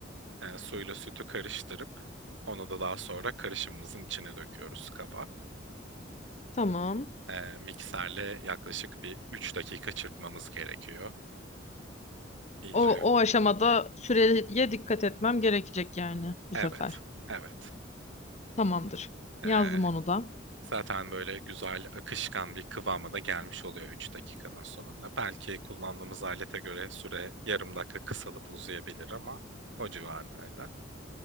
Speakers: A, on the right; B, on the left.
A: Ee, suyla sütü karıştırıp onu da daha sonra karışımımızın içine döküyoruz kaba.
B: Tamam.
A: Ee, mikserle yaklaşık bir 3 dakika çırpmamız gerekiyor. İyice.
B: O, o aşamada süreye dikkat etmem gerekecek yani
A: Evet.
B: bu sefer.
A: Evet.
B: Tamamdır.
A: Ee,
B: Yazdım onu da.
A: zaten böyle güzel akışkan bir kıvama da gelmiş oluyor 3 dakikanın sonunda. Belki kullandığımız alete göre süre yarım dakika kısalıp uzayabilir ama o civarlarda.